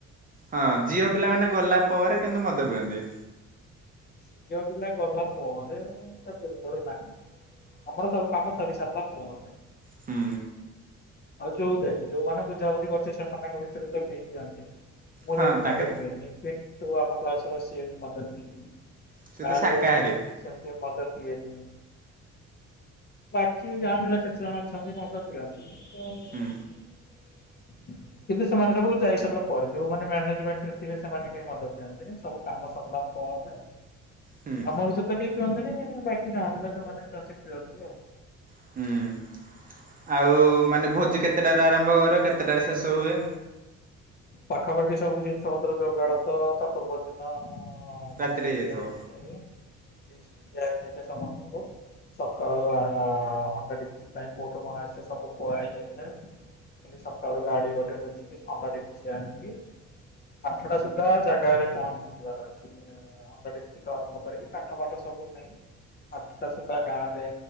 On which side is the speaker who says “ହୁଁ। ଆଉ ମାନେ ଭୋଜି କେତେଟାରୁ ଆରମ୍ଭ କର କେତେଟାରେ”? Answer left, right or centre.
Right